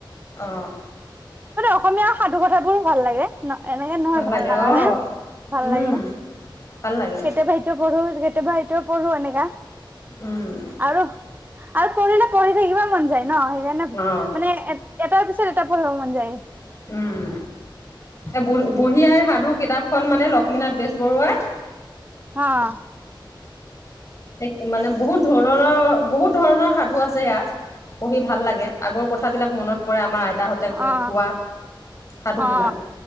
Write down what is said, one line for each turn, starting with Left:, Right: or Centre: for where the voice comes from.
Left: অ
Right: অসমীয়া সাধু কথাবোৰো ভাল লাগে ন এনেকে নহয় ভাল
Left: লাগে
Right: নালাগা
Left: অ
Right: ভাল
Left: উম
Right: লাগে
Left: ভাল লাগে
Right: কেতিয়াবাইতো পঢ়ো কেতিয়াবা এতিয়া পঢ়ো এনেকা
Left: উম
Right: আৰু আৰু পঢ়িলে পঢ়ি থাকিবা মন যায় ন সেইকাৰণে
Left: অ',
Right: মানে এটাৰ পিছত আকৌ পঢ়িব মন যায়
Left: উম এ বুঢ়ী আইৰ সাধু কিতাপখন মানে লক্ষ্মীনাথ বেজবৰুৱাই
Right: অহ
Left: এক মানে বহুত ধৰণৰ বহুত ধৰণৰ সাধু আছে ইয়াত পঢ়ি ভাল লাগে আগৰ কথা বিলাক মনত পৰে আমাৰ আইতা আইতাহঁতে
Right: অ
Left: কোৱা সাধু
Right: অ
Left: বিলাক